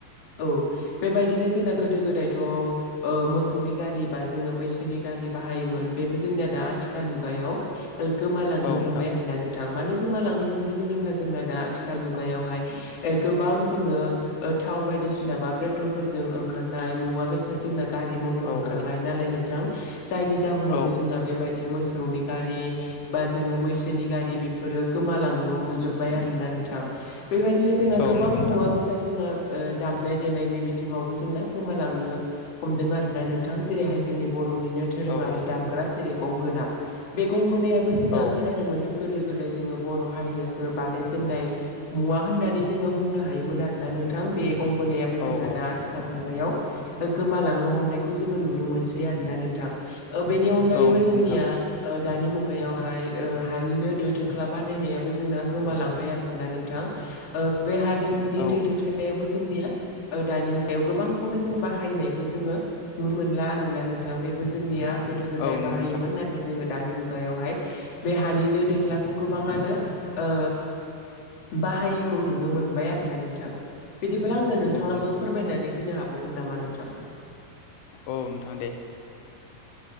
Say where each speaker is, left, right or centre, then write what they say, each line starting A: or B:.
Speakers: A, on the left (about 45°); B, on the left (about 80°).
A: औ बेबायदिनो जोंना
B: औ
A: गोदो गोदायथ', ओ मोसौनि गारि बा जोङो मैसोनि गारि बाहायोमोन बेबो जोंनिया दा आथिखाल मुगायाव, गोमालांनो
B: औ नोंथां
A: हमबाय आरोना नोंथां, मानो गोमालांनो हमदों होनोब्ला जोंना दा आथिखाल मुगायावहाय गोबां जोङो ओ थाव बायदिसिना बा पेट्रलफोरजों ओंखारनाय मुवा बेसादजोंना, गारि मथर
B: औ
A: ओंखारबाय
B: औ
A: नालाय नोंथां जायनि जाहोनावनो
B: औ
A: जोंना बेबायदि मोसौ, मोसौनि गारि बा जोङो मैसोनि गारि बेफोरो गोमालांनो हमजोब्बाय आरो ना नोंथां, थां बैबायदिनो जोंना
B: औ
A: गोबां
B: नंगौ नोंथां
A: मुवा बेसाद जोंहा ओ दामनाय देनायनि बिथिङावबो जोंना गोमा लांनो हमदों आरोना नोंथां जेरैहाय जोंनि बर'निनो दोरोङारि
B: औ औ
A: दामग्रा जेरै गंगोना, बे गंगनायाबो जोङो
B: औ
A: खोनानो मोनदों गोदो गोदाय जोङो, बर' हारियासो बानायजेननाय मुवा होननानै जोङो बुंनो हायोमोन आरोना नोंथां बे गंगनायाबो
B: औ
A: जोंना
B: नंगौ नोंथां औ
A: दा आथिखाल मुगायाव गोमालांनो हमनायखौ जोङो नुनो मोनसै आरोना नोंथां बेनि अनगायैबो
B: औ नंगौ
A: जोंनिया
B: नोंथां
A: ओ दानि मुगायावहाय ओ हानिनो दो दोख्ला बानायनायाबो जोंना गोमालांबाय आरोना नोंथां ओ बे हादोनि
B: औ
A: दो दोख्लायावबो जोंनिया दानि मुगायाव गोबांखौनो जों बाहायनाय जोङो नुनो मोनला आरोना नोंथां बेबो जोंनिया गोदो गोदाय
B: औ नंगौ
A: बाहायोमोन नाथाय जोङो, दानि मुगायावहाय बे हानि दो दोख्लाखौ गोबाङानो ओ बाहायिखौ नुनो मोनबाय आरोना नोंथां, बिदिब्ला आंहो नोंथाङाबो
B: नोंथां
A: फोरमायनानै होनो हाबावगोन नामा नोंथां?
B: औ नोंथां दे